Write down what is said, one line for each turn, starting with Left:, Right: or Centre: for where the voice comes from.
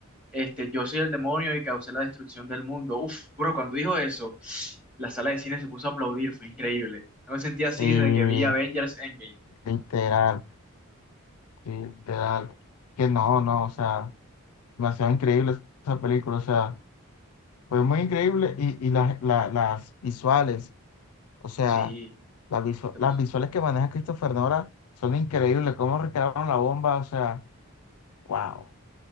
Centre: este, yo soy el demonio y causé la destrucción del mundo. Uf, bro, cuando dijo eso, la sala de cine se puso a aplaudir, fue increíble. No me sentía así
Left: Y
Centre: desde que vi Avengers Endgame.
Left: literal, literal. Que no, no, o sea, demasiado increíble esa película. O sea, fue muy increíble y, y las la- las visuales. O sea,
Centre: Sí,
Left: las, visu-
Centre: este
Left: las
Centre: episodio,
Left: visuales que maneja Christopher Nolan son increíbles. Cómo recrearon la bomba, o sea, wow.